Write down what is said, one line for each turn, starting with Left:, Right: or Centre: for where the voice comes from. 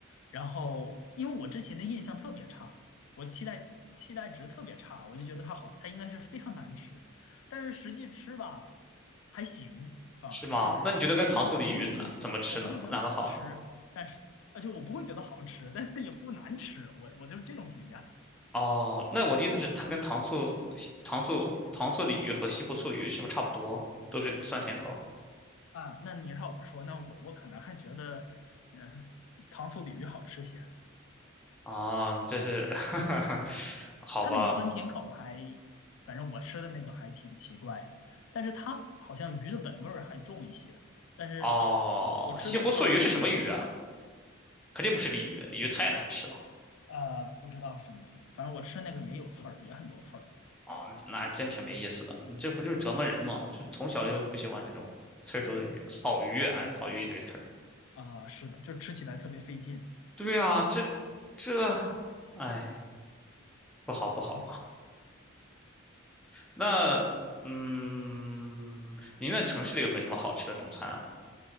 Left: 然后因为我之前的印象特别差，我期待期待值特别差，我就觉得它好，它应该是非常难吃，但是实际吃吧还行，
Centre: <laughs>
Left: 反而就是就是我不会觉得是好，
Centre: 是吗？那你觉得跟糖醋鲤鱼哪怎么吃呢？
Left: 我不会觉得好吃，
Centre: 哪个好呢？
Left: 但是而且我不会觉得好吃，但是也不难吃，我我就是这种评价。
Centre: 哦，那我的意思是，它跟糖醋糖醋糖醋鲤鱼和西湖醋鱼是不是差不多？都是酸甜口
Left: 啊，那你让我说，那我我可能还觉得，呃，糖醋鲤鱼好吃些。
Centre: 啊？这是 <laughs> 好吧？
Left: 它那个酸甜口还，反正我吃的那个还挺奇怪的，但是它好像鱼的本味儿还重一些。但是是我吃那个糖醋鲤鱼，
Centre: 哦，西湖醋鱼是什么鱼啊？肯定不是鲤鱼，鲤鱼太难吃了。
Left: 呃，不知道是什么鱼，反正我吃那个也有刺儿，也很多刺儿。
Centre: 哦，那真挺没意思的。你这不就是折磨人吗？就从小就不喜欢这种刺儿多的鱼，草鱼，哎，
Left: 呃
Centre: 草鱼一堆刺儿。
Left: 啊，是的，就吃起来特别费劲。
Centre: 对啊，这这，哎，不好不好。
Left: 嗯
Centre: 那，
Left: 嗯
Centre: 嗯，您那城市里有没有什么好吃的中餐啊？